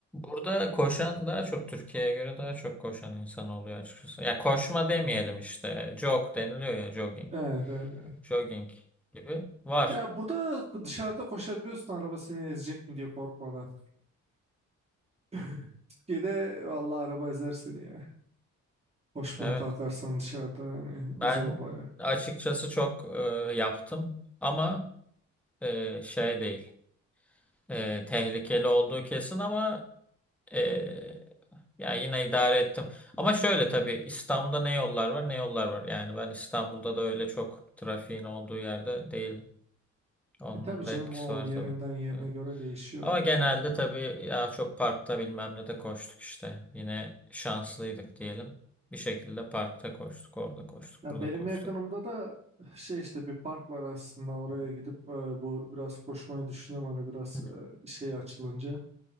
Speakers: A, in the centre; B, on the right (about 20°).
A: Burada koşan daha çok Türkiye'ye göre daha çok koşan insan oluyor açıkçası. Ya koşma demeyelim işte. Jog deniliyor ya jogging.
B: evet, evet, evet.
A: Jogging gibi var.
B: Ya burada dışarıda koşabiliyorsun araba seni ezecek mi diye korkmadan. <laughs> Türkiye'de vallahi araba ezer seni ya. Koşmaya
A: Evet.
B: kalkarsan dışarıda hani
A: Ben
B: zor baya.
A: açıkçası çok e, yaptım ama e, şey değil. E, tehlikeli olduğu kesin ama e, ya yine idare ettim. Ama şöyle tabii İstanbul'da ne yollar var ne yollar var. Yani ben İstanbul'da da öyle çok trafiğin olduğu yerde değil. Onun
B: E tabii canım
A: da etkisi
B: o
A: var
B: yerinden
A: tabii.
B: yerine
A: Evet.
B: göre değişiyor.
A: Ama genelde
B: yani.
A: tabii ya çok parkta bilmem ne de koştuk işte. Yine şanslıydık diyelim. Bir şekilde parkta koştuk, orada koştuk,
B: Ya
A: burada
B: benim
A: koştuk.
B: yakınımda da eh, şey işte bir park var aslında oraya
A: Hı
B: gidip e, bu biraz koşmayı düşünüyorum hani biraz
A: hı.
B: e, şey açılınca